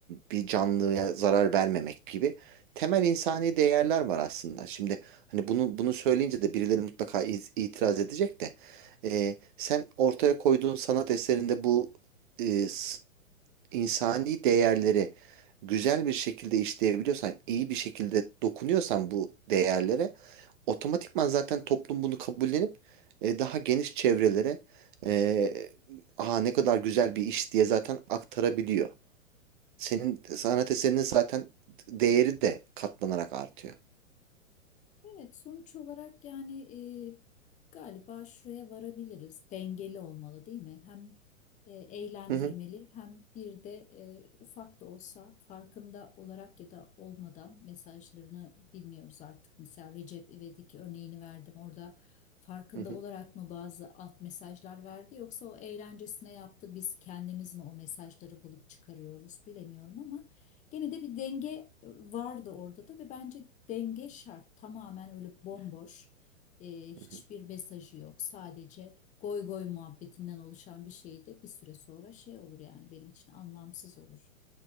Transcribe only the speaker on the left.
hı.
Evet, sonuç olarak yani e, galiba şuraya varabiliriz. Dengeli olmalı değil mi? Hem e, eğlendirmeli
hem bir de e, ufak da olsa farkında olarak ya da olmadan mesajlarını bilmiyoruz artık. Mesela Recep İvedik örneğini verdim. Orada farkında
olarak mı bazı alt mesajlar verdi yoksa o eğlencesine yaptı. Biz kendimiz mi o mesajları bulup çıkarıyoruz bilemiyorum ama. Gene de bir denge e, vardı orada da ve bence denge şart. Tamamen öyle bomboş, e, hiçbir
mesajı yok. Sadece goy goy muhabbetinden oluşan bir şey de bir süre sonra şey olur yani benim için anlamsız olur.